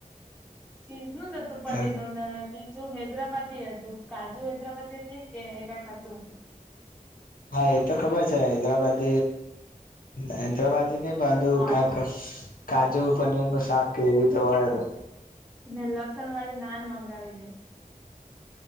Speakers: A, in the centre; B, on the left.
A: ચીઝ ન જતું પનીરનુંું
B: હા
A: ના કાજુ હૈદરાબાદી હતું કાજુ હૈદરાબાદ હતી કે કાક હતું
B: હા એ તો ખબર છે હૈદરાબાદ હૈદરાબાદ નહી બાંધો
A: હા
B: કક કાજુ પનીર નું શાક કે એવી તો હોયું
A: ને લસણ વાળી નાન મંગાવી દે